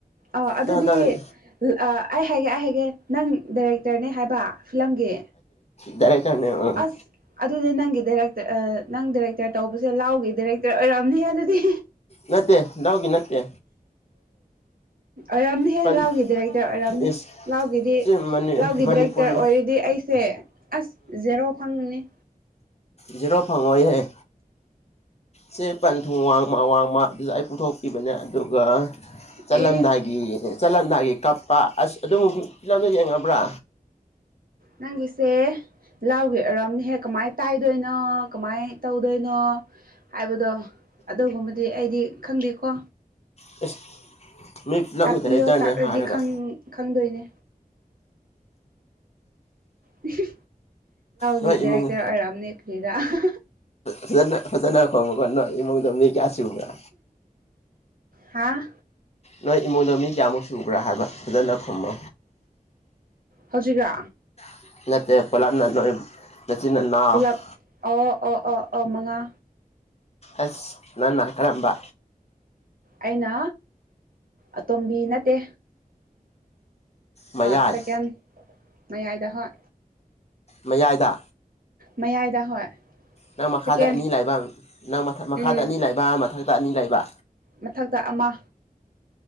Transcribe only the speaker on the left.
ꯑꯗꯣ ꯍꯟꯗꯛ
ꯗꯔꯛꯇꯔꯅꯦ ꯑ
ꯅꯠꯇꯦ ꯂꯎꯒꯤ ꯅꯠꯇꯦ
ꯄꯟ
ꯏꯁ
ꯁꯤ ꯃꯅꯤ
ꯃꯅꯤꯄꯨꯔꯤ
ꯖꯤꯔꯣ ꯐꯪꯑꯣꯏꯍꯦ ꯁꯦ ꯄꯟꯊꯨꯡ ꯋꯥꯡꯃ ꯋꯥꯡꯃ ꯑꯗꯨꯁꯨ ꯑꯩ ꯄꯨꯊꯣꯛꯈꯤꯕꯅꯦ ꯑꯗꯨꯒ ꯆꯠꯂꯝꯗꯥꯏꯒꯤ
ꯆꯠꯂꯝꯗꯥꯏꯒꯤ ꯀꯞꯄ ꯑꯁ ꯑꯗꯨꯝ ꯐꯤꯂꯝꯗꯣ ꯌꯦꯡꯉꯕ꯭ꯔꯥ
ꯑꯁ ꯃꯤ ꯐꯤꯂꯝꯒꯤ
ꯗꯥꯏꯔꯦꯛꯇꯔꯅꯦ
ꯍꯥꯏꯔꯒ
ꯅꯣꯏ
ꯏꯃꯨꯡ
ꯐꯖꯅ ꯐꯖꯅ ꯈꯣꯡꯉꯀꯣ ꯅꯣꯏ ꯏꯃꯨꯡꯗ ꯃꯤ ꯀꯌꯥ ꯁꯨꯕ꯭ꯔꯥ
ꯅꯣꯏ ꯏꯃꯨꯡꯗ ꯃꯤ ꯀꯌꯥꯃꯨꯛ ꯁꯨꯕ꯭ꯔꯥ ꯍꯥꯏꯕ ꯐꯖꯅ ꯈꯨꯝꯃꯣ
<unintelligible>
ꯑꯁ ꯅꯪꯅ ꯀꯔꯝꯕ
ꯃꯌꯥꯏ
ꯃꯌꯥꯏꯗ
ꯅꯪ ꯃꯈꯥꯗ
ꯑꯅꯤ ꯂꯩꯕ ꯅꯪ ꯃꯊꯛ ꯃꯈꯥꯗ
ꯑꯅꯤ ꯂꯩꯕ ꯃꯊꯛꯇ ꯑꯅꯤ ꯂꯩꯕ